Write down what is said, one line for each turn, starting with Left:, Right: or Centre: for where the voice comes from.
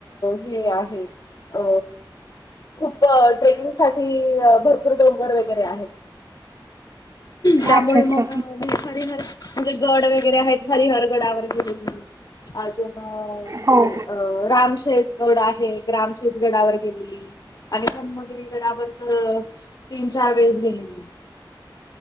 Left: हे आहे. अ खूप ट्रेकिंग साठी भरपूर डोंगर वगैरे आहेत. त्यामुळे
Right: अच्छा अच्छा
Left: मग घे हरिहर म्हणजे गड वगैरे आहेत हरीहर गडावर गेलेली. हे
Right: हो
Left: रामशेेजगड आहे रामशेज गडावर गेलेली. आणि ब्रम्हगिरी गडावर तर तीन चार वेळेस गेलेली.